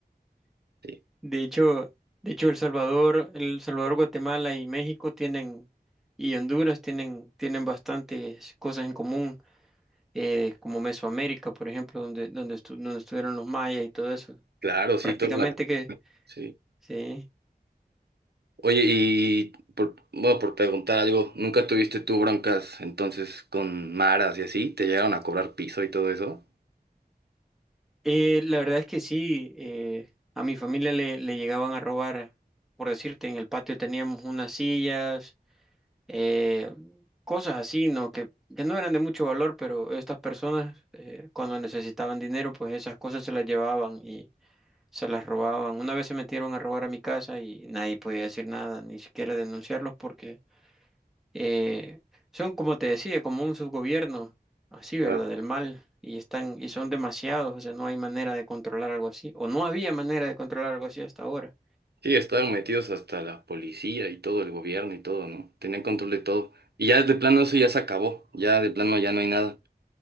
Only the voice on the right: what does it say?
sí,
claro, sí,
toda la.
sí.
Oye, y por, bueno, por preguntar algo, ¿nunca tuviste tú broncas entonces con maras y así? ¿Te llegaron a cobrar piso y todo eso?
Claro.
Sí, estaban metidos hasta la policía y todo, el gobierno y todo, ¿no? Tenían control de todo. Y ya de plano eso ya se acabó, ya de plano ya no hay nada.